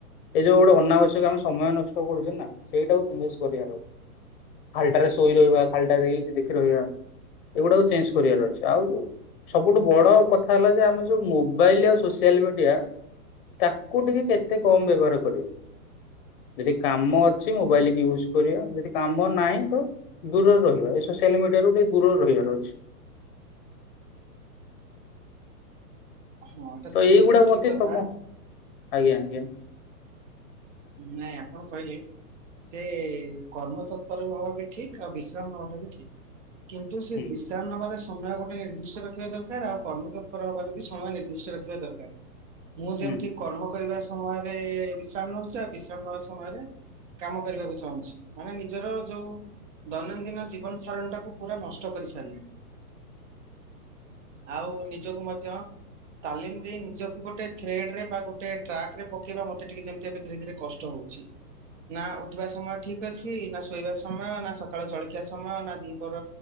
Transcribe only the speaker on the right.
ହଁ ଏଟା
ବିଲକୁଲ
ଠିକ
କଥା
ନାଇଁ ଆପଣ କହିଲେ! ଯେ କର୍ମତତ୍ପର ହବା ବି ଠିକ୍। ଆଉ ବିଶ୍ରାମ ନବା ବି ଠିକ୍। କିନ୍ତୁ ସେ
ବିଶ୍ରାର ନବାରେ ସେ ସମୟ ଗୋଟେ ନିର୍ଦ୍ଦିଷ୍ଟ ରଖିବା ଦରକାର। ଆଉ କର୍ମତତ୍ପର ହବାରୁ ବି ସମୟ ନିର୍ଦ୍ଦିଷ୍ଟ ରଖିବା ଦରକାର। ମୁଁ
ଯେମିତି କର୍ମ କରିବା ସମୟରେ-ରେ-ଏ ଛି, ବିଶ୍ରାମ ନଉଛି। ଆଉ ବିଶ୍ରାମ ନବା ସମୟରେ କାମ କରିବାକୁ ଚାହୁଁଛି। ମାନେ ନିଜର ଯୋଉ ଦୈନନ୍ଦିନ ଜୀବନସାରଣୀଟାକୁ ପୁରା ନଷ୍ଟ କରିସାରିଲେଣି। ଆଉ, ନିଜକୁ ମଧ୍ୟ ତାଲିମ ଦେଇ, ନିଜକୁ ଗୋଟେ ଥ୍ରେଡ ରେ ବା ଗୋଟେ ଟ୍ରାକ ରେ ପକେଇବା ମତେ ଟିକେ ଯେମିତି ଏବେ ଧୀରେ ଧୀରେ କଷ୍ଟ ହଉଛି । ନା ଉଠିବା ସମୟ ଠିକ୍ ଅଛି ନା, ଶୋଇବା ସମୟ ନା, ସକାଳୁ ଜଳଖିଆ ସମୟ ନା, ଦିପର